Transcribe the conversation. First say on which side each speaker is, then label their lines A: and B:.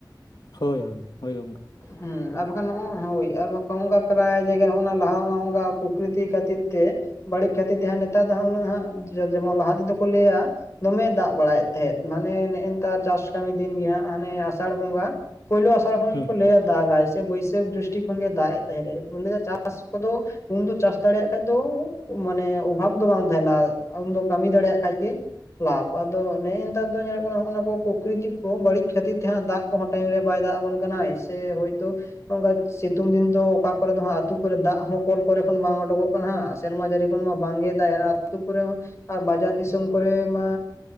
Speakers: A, on the left; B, on the left.
A: ᱦᱳᱭ ᱦᱳᱭ ᱦᱳᱭ ᱜᱚᱢᱠᱮ᱾
B: ᱦᱩᱸ ᱟᱨ ᱵᱟᱠᱷᱟᱱ ᱦᱳᱭ ᱟᱨ ᱚᱱᱠᱟ ᱯᱨᱟᱭ ᱡᱟᱭᱜᱟ ᱨᱮ ᱚᱱᱟ ᱞᱟᱦᱟ ᱚᱱᱠᱟ ᱯᱨᱚᱠᱨᱤᱛᱤ ᱠᱷᱟᱹᱛᱤᱨ ᱛᱮ᱾ ᱵᱟᱹᱲᱤᱡ ᱠᱷᱟᱹᱛᱤᱨ ᱛᱮ ᱦᱟᱸᱜ ᱱᱮᱛᱟᱨ ᱫᱚ ᱦᱟᱜ ᱩᱱᱟᱹᱜ ᱦᱟᱜ ᱡᱮᱢᱚᱱ ᱞᱟᱦᱟ ᱛᱮᱫᱚ ᱠᱚ ᱞᱟᱹᱭᱟ ᱫᱚᱢᱮ ᱫᱟᱜ ᱵᱟᱲᱟᱭᱮᱫ ᱛᱟᱦᱮᱸᱫ᱾ ᱢᱟᱱᱮ ᱱᱮᱜ-ᱮ ᱱᱮᱛᱟᱨ ᱪᱟᱥ ᱠᱟᱹᱢᱤ ᱫᱤᱱ ᱜᱮᱦᱟᱸᱜ ᱦᱟᱱᱮ ᱟᱥᱟᱲ ᱵᱚᱸᱜᱟ᱾ ᱯᱳᱭᱞᱳ ᱟᱥᱟᱲ ᱠᱷᱚᱱ ᱜᱮᱠᱚ
A: ᱦᱮᱸ
B: ᱞᱟᱹᱭᱟ ᱫᱟᱜᱟᱭ ᱥᱮ ᱵᱟᱹᱭᱥᱟᱹᱠᱷ ᱫᱨᱤᱥᱴᱤ ᱠᱷᱚᱱ ᱜᱮ ᱫᱟᱜ ᱮ ᱛᱟᱦᱮᱸᱱᱟ ᱞᱟᱹᱭᱟ ᱪᱟᱥ ᱠᱚᱫᱚ᱾ ᱩᱱᱫᱚ ᱪᱟᱥ ᱫᱟᱲᱮᱭᱟᱜ ᱠᱷᱟᱡ ᱫᱚ ᱢᱟᱱᱮ ᱚᱵᱷᱟᱵ ᱫᱚ ᱵᱟᱝ ᱛᱟᱦᱮᱸᱱᱟ ᱩᱱᱫᱚ ᱠᱟᱹᱢᱤ ᱫᱟᱲᱮᱭᱟᱜ ᱠᱷᱟᱡ ᱜᱮ᱾ ᱞᱟᱵᱷ ᱟᱫᱚ ᱱᱮᱜ-ᱮ ᱱᱮᱛᱟᱨ ᱫᱚ ᱧᱮᱞᱚᱜ ᱠᱟᱱᱟ ᱱᱟᱜ-ᱱᱟᱣᱟ ᱠᱚ ᱯᱨᱚᱠᱨᱤᱛ ᱠᱚ ᱵᱟᱹᱲᱤᱡ ᱠᱷᱟᱹᱛᱤᱨ ᱛᱮ ᱦᱟᱸᱜ ᱫᱟᱜ ᱠᱚᱦᱚᱸ ᱴᱟᱭᱤᱢ ᱨᱮ ᱵᱟᱭ ᱫᱟᱜ ᱟᱵᱚᱱ ᱠᱟᱱᱟᱭ ᱥᱮ ᱦᱳᱭᱛᱳ᱾ ᱱᱚᱝᱠᱟ ᱥᱤᱛᱩᱝ ᱫᱤᱱ ᱫᱚ ᱚᱠᱟ ᱠᱚᱨᱮ ᱫᱚ ᱦᱟᱜ ᱟᱛᱳ ᱠᱚᱨᱮ ᱫᱟᱜ ᱦᱚᱸ ᱠᱚᱞ ᱠᱚᱨᱮ ᱠᱷᱚᱱ ᱵᱟᱝ ᱩᱰᱩᱠᱚᱜ᱾ ᱠᱟᱱᱟ ᱦᱮᱸ ᱥᱮᱨᱢᱟ ᱡᱟᱹᱲᱤ ᱠᱷᱚᱱ ᱵᱟᱝ ᱜᱮ ᱫᱟᱜ ᱟᱛᱳ ᱠᱚᱨᱮ ᱦᱚᱸ ᱟᱨ ᱵᱟᱡᱟᱨ ᱫᱤᱥᱚᱢ ᱠᱚᱨᱮ ᱢᱟ᱾